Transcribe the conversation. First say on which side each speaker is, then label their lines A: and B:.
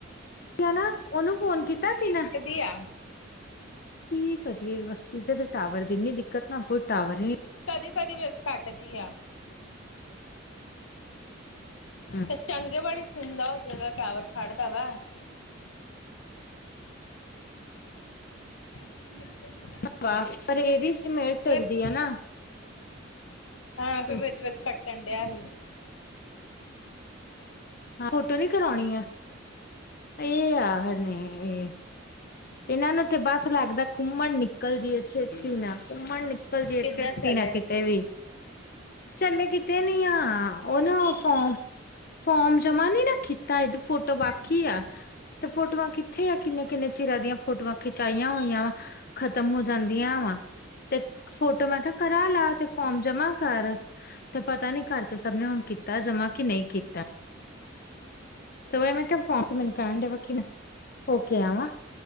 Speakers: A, on the left; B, on the left.
A: ਆ ਨਾ, ਓਨੂੰ ਫੋਨ ਕੀਤਾ ਸੀ ਨਾ।
B: ਕੀ ਆ।
A: ਕੀ ਕਰੀਏ ਬਸਤੀ 'ਚ ਟਾਵਰ ਦੀ ਇੰਨੀ ਦਿੱਕਤ ਨਾ ਕੋਈ ਟਾਵਰ ਈ ਨੀਂ
B: ਕਦੀ ਕਦੀ ਵਿੱਚ ਕੱਟਦੀ ਆ।
A: ਲਾਉਂਦਾ
B: ਤੇ ਚੰਗੇ ਵਾਲੀ ਸੁਨ ਲਓ ਜਗਾ ਟਾਵਰ ਫੜਦਾ ਵਾ। <inaudible> <unintelligible>
A: <unintelligible>
B: ਵੇਖ ਹੈਂ ਤੇ
A: ਹਾਂ
B: ਵਿੱਚ ਵਿਚ ਕੱਟਣ ਡਿਆ ਹੀ।
A: ਹਾਂ ਫੋਟੋ ਨੀ ਕਰਾਉਣੀ ਆ। ਏ ਆਹਰ ਨੇ ਏ। ਏਨਾਂ ਨੂੰ ਤੇ ਬਸ ਲੱਗਦਾ ਘੁੰਮਣ ਨਿਕਲ ਜੀਏ ਛੇਤੀ ਨਾਲ ਘੁੰਮਣ ਨਿਕ ਨਿਕਲ ਜੀਏ
B: ਕਿੱਧਰ
A: ਛੇਤੀ
B: ਚੱਲੇ
A: ਨਾ ਕਿਤੇ ਵੀ। ਚੱਲੇ ਕਿਤੇ ਨੀ ਆ ਓ ਨਾ ਓ ਫੋਮ ਫੋਮ ਜਮਾ ਨੀ ਨਾ ਕੀਤਾ ਏ ਫੋਟੋ ਬਾਕ
B: <inaudible>
A: ਤੇ ਫੋਟੋਆਂ ਕਿੱਥੇ ਆ ਕਿੰਨੇ ਕਿੰਨੇ ਚਿਰਾਂ ਦੀਆਂ ਫੋਟੋਆਂ ਖਿਚਾਈਆਂ ਹੋਈਆਂ ਵਾ। ਖ਼ਤਮ ਹੋ ਜਾਂਦੀਆਂ ਵਾ ਤੇ ਫੋਟੋ ਮੈਂ ਕਿਆ ਕਰਾ ਲਾ ਤੇ ਫੋਰਮ ਜਮਾ ਕਰ, ਤੇ ਪਤਾ ਨੀ ਘਰ ਚ ਸਭ ਨੇ ਹੁਣ ਕੀਤਾ ਜਮਾ ਕੀ ਨਹੀਂ ਕੀਤਾ ਤੇ ਮੈਂ ਕਿਹਾ ਫੋਮ ਤੇ ਮੈਨੂੰ ਕਹਿਣ ਡਏ ਬਾਕੀ ਮੈਂ ਹੋ ਕੇ ਆਵਾਂ